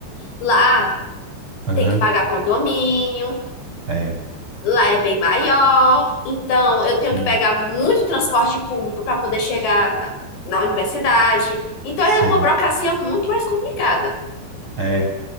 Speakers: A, on the left; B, on the right.
A: lá
B: Aham.
A: tem que pagar condomínio,
B: É,
A: lá é bem maior, então eu
B: sim,
A: tenho que pegar muito transporte público para poder chegar na, na universidade. Então
B: sei.
A: é uma burocracia muito mais complicada.
B: É,